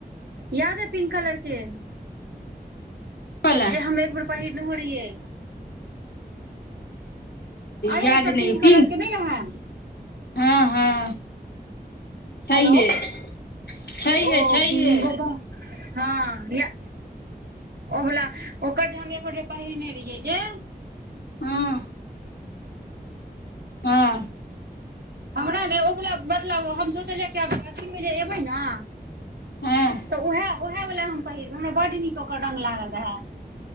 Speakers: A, on the right; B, on the left.
A: याद है पिंक कलर के
B: बला
A: जे हम एक बेर पहरने रहिय अरे
B: याद
A: एकटा
B: नहि
A: कलर
B: पिंक
A: के नहि रहै
B: हँ हँ छैहे
A: हेलो
B: छैहे
A: ओ <unintelligible>
B: छैहे
A: हँ य ओ वला ओकर जे हम एकोे पहिने रहियै जे
B: हँ हँ
A: हमरा ने ओक मतलब हम सोचलियै कि आब अथीमे जेे एबै न
B: हँ
A: तऽ उएह उएह वाला हम पहिरबै हमरा बड्ड नीक ओकर रंग लागल रहै